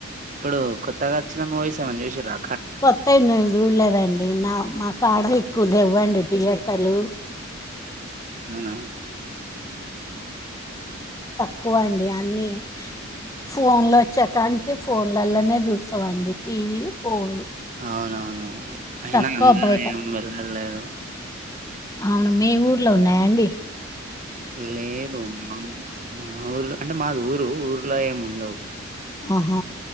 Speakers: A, on the right; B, on the left.
A: ఇప్పుడు కొత్తగా వచ్చిన మూవీస్ ఏం అన్న చూసిండ్రా.
B: కొత్తవి నేను చుడలేదండి. నా మాకడ ఎక్కువ లేవ్వండి థియేటర్లు.
A: అవునా.
B: ఎక్కువండి అన్ని. ఫోన్ లో వచ్చేకంటి ఫోన్లలనే చూస్తామండి టీవీ ఫోన్లు.
A: అవునవును అయినా
B: తక్కువ
A: అందరునీ
B: బయట
A: ఏమ వెళ్ళలేదు.
B: అవును మీ ఊర్లో ఉన్నాయా అండి.
A: లేదు మా ఊర్ మా ఊర్లో అంటే మాది ఊరు ఊర్లో ఏమి ఉండవు.
B: ఆహ్.